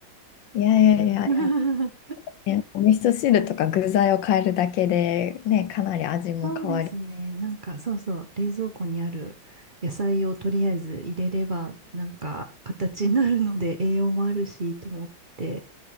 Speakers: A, on the left; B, on the right.
A: いやいやいやい
B: うん
A: や、ねお味噌汁とか具材を変えるだけで、ね、かなり味も変わり、
B: <laughs> そうですね。なんか、そうそう、冷蔵庫にある野菜をとりあえず入れれば、なんか、形になるので栄養もあるし、と思って、